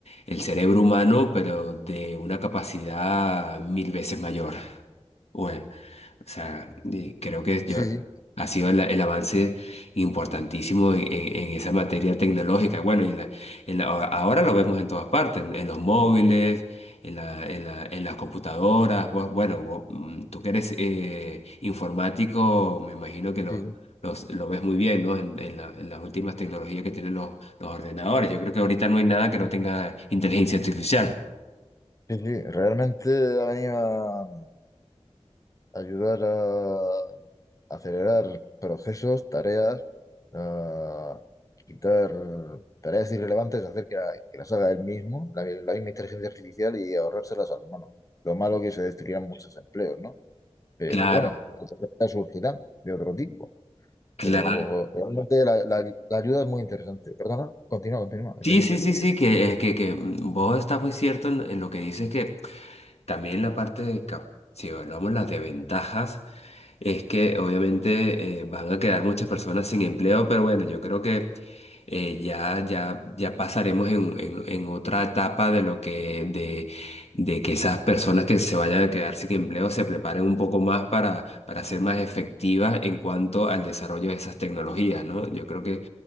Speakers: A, on the left; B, on the left.
A: el cerebro humano, pero de una capacidad mil veces mayor. Bueno. O sea, y creo que
B: sí,
A: yo,
B: sí,
A: ha sido el, el avance importantísimo en, en- en esa materia tecnológica. Bueno, y en la- en la- ahora lo vemos en todas partes, en, en los móviles, en la- en la- en las computadoras. Vos- bueno, vos, mm, tú que eres eh, informático, me imagino que lo,
B: sí, sí,
A: los- lo ves muy bien, ¿no? En, en la- en las últimas tecnologías que tienen los, los ordenadores. Yo creo que ahorita no hay nada que no tenga inteligencia artificial.
B: sí, sí, sí. Realmente ha venido a a ayudar a acelerar procesos, tareas, a quitar tareas irrelevantes, hacer que, la- que las haga él mismo, la, la misma inteligencia artificial y ahorrárselas al humano. Lo malo que se destruirán muchos empleos, ¿no? Pero
A: Claro,
B: bueno, otras surgirán de otro tipo.
A: claro.
B: Pero realmente la, la- la ayuda es muy interesante. Perdona, continúa, continúa, que
A: Sí,
B: te he
A: sí,
B: interrumpido.
A: sí, sí, que, eh, que, que mm, vos estás muy cierto en, en lo que dices que también la parte de, cap- si evaluamos las desventajas, es que obviamente eh, van a quedar muchas personas sin empleo, pero bueno, yo creo que eh, ya, ya, ya pasaremos en, en- en otra etapa de lo que, de, de que esas personas que se vayan a quedar sin empleo se preparen un poco más para, para ser más efectivas en cuanto al desarrollo de esas tecnologías, ¿no? Yo creo que...